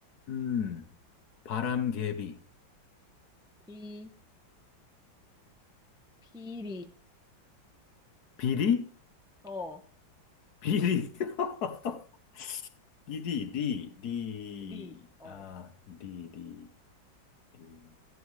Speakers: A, on the left; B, in the centre.
A: 음, 바람개비,
B: 비, 비리,
A: 비리,
B: 어,
A: 비리, <laughs> 비리, 리, 리,
B: 리, 어,
A: 아, 리, 리, 리,